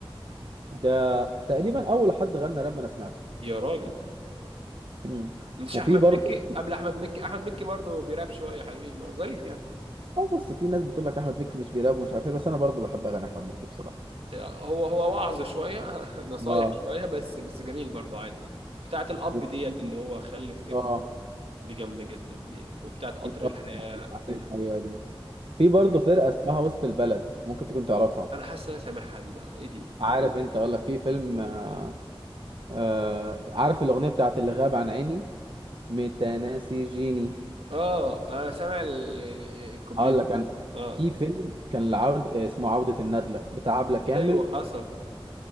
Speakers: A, on the right (about 55°); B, on the right (about 75°).
A: ده تقريبا اول حد غنى راب انا سمعته
B: يا راجل
A: <clears throat> مم.
B: مش
A: وفي
B: احمد
A: برضه
B: مكي قبل احمد مكي احمد مكي برضه بيراب شويه حلوين برضه ظريف يعني
A: اه بص في ناس بتقول لك احمد مكي مش بيراب ومش عارف ايه بس انا برضه بحب اغاني احمد مكي بصراحه
B: هو هو وعظ شويه <laughs> نصايح
A: اه
B: شويه بس بس جميل برضه عادي يعني بتاعت الاب
A: وفي-
B: ديت اللي هو خلف ابنه
A: اه
B: دي جامده جدا ديت وبتاعت قطر
A: في
B: الحياه
A: عارف
B: ال-
A: ايوه دي في برضه فرقه اسمها وسط البلد ممكن تكون تعرفها
B: انا حاسس إن انا سامعها دي بقى ايه دي
A: عارف انت اقول لك في فيلم آه آه عارف الاغنيه بتاعت اللي غاب عن عيني متناسي جيني
B: اه انا سامع ال- ال- الكوبليه
A: اقول
B: ده
A: لك انا
B: اه
A: في فيلم كان العود اسمه عوده الندله بتاع عبله كامل
B: ايوه حصل